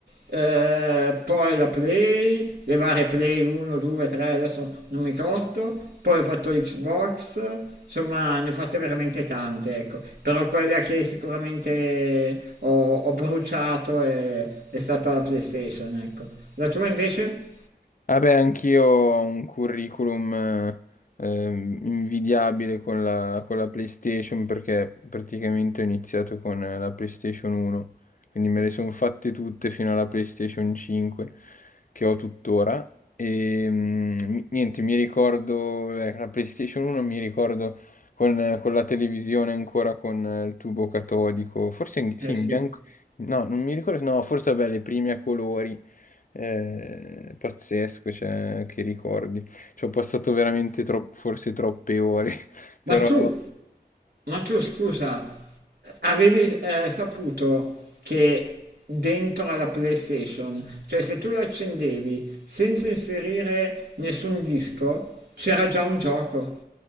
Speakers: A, on the right (about 65°); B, on the left (about 50°).
A: eh, poi la Play, le varie Play 1, 2, 3, adesso non mi ricordo, poi ho fatto l'Xbox, insomma ne ho fatte veramente tante, ecco, però quella che sicuramente ho, ho bruciato è, è stata la PlayStation, ecco. La tua invece?
B: Vabbè, anch'io ho un curriculum eh, ehm, invidiabile con la, con la PlayStation perché praticamente ho iniziato con eh, la PlayStation 1, quindi me le sono fatte tutte fino alla PlayStation 5 che ho tuttora. E mm, niente, mi ricordo, eh, la PlayStation 1 mi ricordo con, eh, con la televisione ancora con eh, il tubo catodico, forse in- sì,
A: Eh
B: in
A: sì.
B: bianco, no, non mi ricordo, no, forse vabbè, le prime a colori è pazzesco, cioè, che ricordi. Ci ho passato veramente tro- forse troppe ore, <laughs> però
A: Ma tu Ma tu scusa, avevi eh, saputo che dentro alla PlayStation, cioè se tu la accendevi senza inserire nessun disco, c'era già un gioco.